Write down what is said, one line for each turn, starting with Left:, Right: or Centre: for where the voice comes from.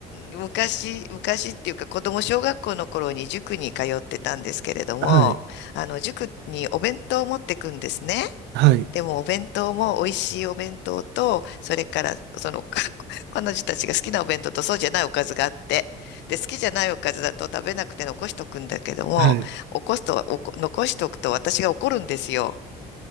Left: 昔、昔っていうか子供小学校の頃に塾に通ってたんですけれども、
Right: はい。
Left: あの、塾にお弁当を持ってくんですね。
Right: はい。
Left: でもお弁当も美味しいお弁当と、それからそのか <laughs> 彼女たちが好きなお弁当とそうじゃないおかずがあって、で、好きじゃないおかずだと食べなくて残しとくんだけども、
Right: はい。
Left: 起こすと、おこ残しとくと私が怒るんですよ。